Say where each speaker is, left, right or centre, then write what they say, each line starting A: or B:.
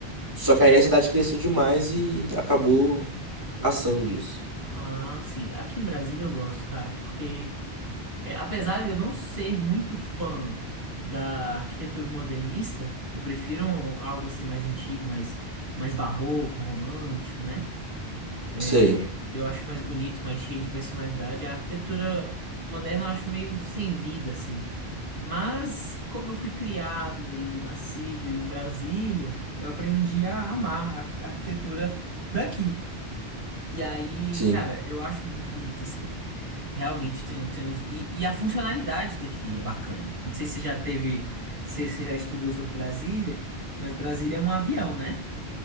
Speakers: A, on the right (about 20°); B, on the right (about 55°).
A: Só que aí a cidade cresceu demais e acabou passando disso.
B: Ah, sim. Aqui em Brasília eu gosto, cara, porque é, apesar de eu não ser muito fã da arquitetura modernista, eu prefiro algo assim mais antigo, mais, mais barroco, romântico, né? É,
A: Sei,
B: eu acho mais bonito, mais cheio de personalidade. A arquitetura moderna eu acho meio sem vida, assim. Mas como eu fui criado e nascido em Brasília, eu aprendi a amar a arquitetura daqui. E aí,
A: sim,
B: cara, eu acho muito bonito assim. Realmente tem, um- tem uns. E, e a funcionalidade daqui é bacana. Não sei se já teve. Se você já estudou sobre Brasília, mas Brasília é um avião, né?